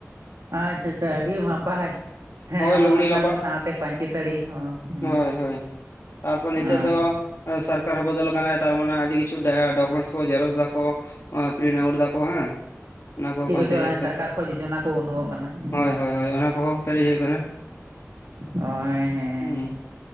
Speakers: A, on the right; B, on the left.
A: ᱟᱪᱷᱟ ᱟᱪᱷᱟ ᱟᱹᱰᱤ ᱱᱟᱯᱟᱭ ᱦᱮᱸ
B: ᱦᱳᱭ ᱞᱩᱜᱽᱲᱤ
A: ᱚᱱᱟ
B: ᱞᱟᱯᱟᱜ
A: ᱠᱚ ᱥᱟᱶᱛᱮ ᱯᱟᱹᱧᱪᱤ ᱥᱟᱹᱲᱤ ᱦᱚᱸ ᱦᱮᱸ
B: ᱦᱳᱭ ᱦᱳᱭ ᱛᱟᱨᱯᱚᱨ ᱱᱤᱛᱚᱜ
A: ᱦᱮᱸ
B: ᱫᱚ ᱥᱚᱨᱠᱟᱨ ᱦᱚᱸ ᱵᱚᱫᱚᱞ ᱠᱟᱱᱟᱭ ᱛᱟᱨᱢᱟᱱᱮ ᱟᱹᱰᱤ ᱠᱤᱪᱷᱩ ᱰᱟᱭᱟ ᱰᱚᱠᱚᱢᱮᱱᱴᱥ ᱠᱚ ᱡᱮᱨᱚᱠᱚᱥ ᱫᱟ ᱠᱚ ᱟᱨ ᱯᱨᱤᱱᱴ ᱟᱣᱩᱴ ᱫᱟᱠᱚ ᱦᱮᱸ᱾ ᱚᱱᱟ ᱠᱚᱦᱚᱸ
A: ᱪᱮᱫ
B: ᱯᱟᱱᱛᱮ
A: ᱠᱚᱪᱚ
B: ᱦᱩᱭᱩᱜ
A: ᱥᱚᱨᱠᱟᱨ
B: ᱠᱟᱱᱟ,
A: ᱠᱷᱚᱡ ᱡᱳᱡᱚᱱᱟ ᱠᱚ ᱩᱰᱩᱠᱚᱜ ᱠᱟᱱᱟ ᱦᱮᱸ
B: ᱦᱳᱭ ᱦᱳᱭ ᱦᱳᱭ ᱚᱱᱟ ᱠᱚᱦᱚᱸ ᱯᱮᱨᱮᱡ ᱦᱩᱭᱩᱜ ᱠᱟᱱᱟ᱾
A: ᱮ ᱦᱮᱸ
B: ᱦᱩᱸ